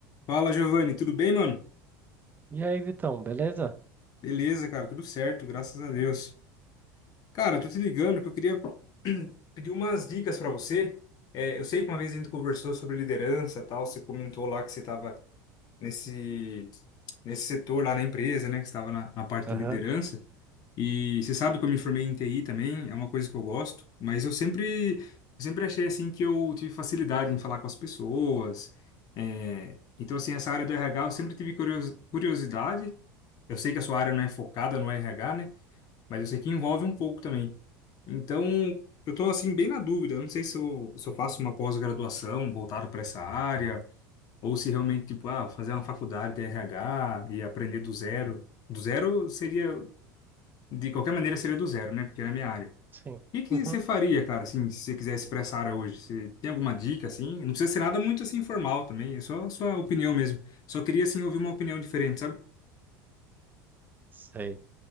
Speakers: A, on the left; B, on the right.
A: Fala, Giovanni, tudo bem, mano?
B: E aí, Vitão, beleza?
A: Beleza, cara, tudo certo, graças a Deus. Cara, tô te ligando porque eu queria <clears throat> pedir umas dicas pra você. É, eu sei que uma vez a gente conversou sobre liderança, e tal, você comentou lá que você estava nesse nesse setor lá na empresa, né, que estava na, na parte
B: Aham,
A: de liderança. E você sabe que eu me formei em TI também, é uma coisa que eu gosto, mas eu sempre, eu sempre achei assim que eu tive facilidade em falar com as pessoas. é, então, assim, essa área do RH eu sempre tive curios- curiosidade. Eu sei que a sua área não é focada no RH, né? Mas eu sei que envolve um pouco também. Então, eu tô assim bem na dúvida. Eu não sei se eu, se eu faço uma pós-graduação voltada para essa área ou se realmente tipo, ah, fazer uma faculdade de RH e aprender do zero. Do zero seria de qualquer maneira seria do zero, né? Porque era a minha área.
B: sim.
A: O que que
B: Uhum,
A: você faria, cara, assim, se você quisesse pra essa área hoje? Você tem alguma dica, assim? Não precisa ser nada muito, assim, formal também. É só a sua opinião mesmo. Só queria, assim, ouvir uma opinião diferente, sabe?
B: sei.